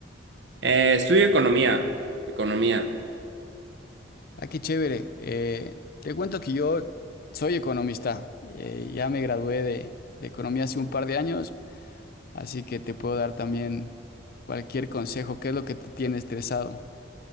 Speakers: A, on the right; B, on the left.
A: Eh, estudio economía, economía.
B: Ah, qué chévere. Eh, te cuento que yo soy economista. Eh, ya me gradué de, de economía hace un par de años, así que te puedo dar también cualquier consejo. ¿Qué es lo que te tiene estresado?